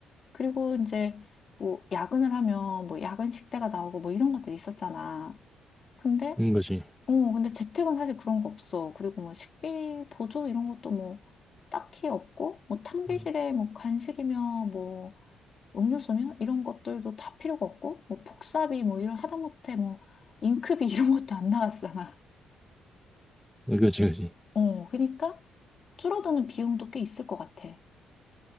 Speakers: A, on the left; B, in the centre.
A: 그리고 이제 뭐 야근을 하면 뭐 야근 식대가 나오고 뭐 이런 것들이 있었잖아. 근데
B: 그런 거지.
A: 어 근데 재택은 사실 그런 거 없어. 그리고 뭐 식비 보조 이런 것도 뭐 딱히 없고 뭐 탕비실에
B: 음.
A: 뭐 간식이며 뭐 음료수며 이런 것들도 다 필요가 없고 뭐 복사비 뭐 이런 하다못해 뭐 잉크비 <laughs> 이런 것도 안 나갔잖아.
B: 어, 그지, 그지.
A: 어 그러니까 줄어드는 비용도 꽤 있을 것 같아.